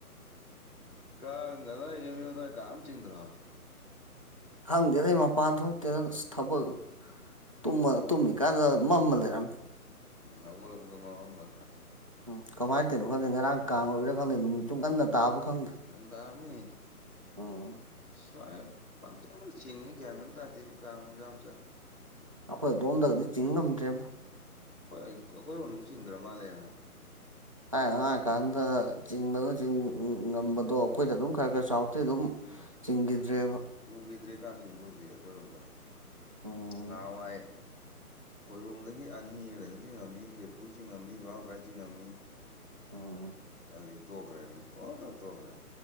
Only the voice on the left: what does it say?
ꯀꯥꯡꯒ ꯑꯗꯨꯋꯥꯗ ꯑꯦꯝ ꯌꯨ ꯑꯗꯨꯋꯥꯏ ꯀꯥꯡꯒ ꯑꯝ ꯆꯤꯡꯗ꯭ꯔꯣ꯫
ꯎꯝ ꯈꯧꯒꯠꯂꯛꯄꯗ ꯃꯝꯃꯝꯕ꯫
ꯉꯟ ꯇꯥꯔꯝꯅꯤ꯫
ꯁ꯭ꯋꯥꯏ ꯄꯪꯆꯤꯡꯗ ꯆꯤꯡꯉꯤ ꯒꯌꯥꯟ ꯑꯝ ꯇꯥꯗꯦ ꯀꯥꯡ ꯃꯆꯥ ꯃꯆꯥ꯫
ꯑꯥꯈꯣꯏ ꯑꯩ ꯑꯩꯈꯣꯏꯔꯣꯝꯗꯁꯨ ꯆꯤꯡꯗ꯭ꯔ ꯃꯥꯜꯂꯦꯍꯥ꯫
ꯎꯝ
ꯎꯒꯤꯗ꯭ꯔꯦ ꯀꯥꯡ ꯆꯤꯡꯕꯨ ꯍꯧꯖꯤꯛ ꯑꯩꯈꯣꯏꯔꯣꯝꯗ
ꯉꯥꯍꯥꯋꯥꯏ ꯈꯣꯏꯔꯣꯝꯗꯒꯤ ꯑꯅꯤꯔ ꯀꯩꯅꯣ ꯆꯤꯡꯉꯝꯃꯤ ꯀꯦꯀꯔꯨ ꯆꯤꯡꯉꯝꯃꯤ ꯕꯥꯕꯣꯟ ꯂꯩꯀꯥꯏ ꯆꯤꯡꯉꯝꯃꯤ꯫
ꯑꯩ ꯍꯧꯖꯤꯛ ꯇꯣꯛꯈ꯭ꯔꯦ ꯑꯗꯨꯝ ꯄꯪꯇꯣꯛ ꯇꯣꯛꯈ꯭ꯔꯦ